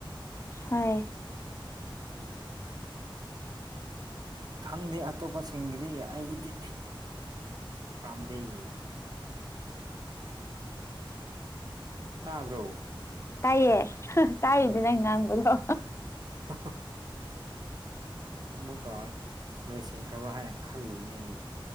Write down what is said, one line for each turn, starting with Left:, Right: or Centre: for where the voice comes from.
Left: ꯍꯥꯏ
Right: ꯎꯝ ꯈꯪꯗꯦ ꯑꯇꯣꯞꯄꯁꯤꯡꯒꯤꯗꯤ ꯑꯩꯒꯤꯗꯤ ꯄꯥꯝꯗꯩ ꯇꯥꯕ꯭ꯔꯣ
Left: ꯇꯥꯏꯌꯦꯦ ꯇꯥꯏꯔꯤꯗꯨ ꯅꯪ ꯅꯪꯕꯗꯣ
Right: ꯑ ꯑꯃꯨꯛꯀ ꯂꯣꯏꯁꯤꯟꯈ꯭ꯔꯕ ꯍꯥꯏꯅ ꯈꯜꯂꯤꯕꯅꯦ ꯑꯩꯗꯤ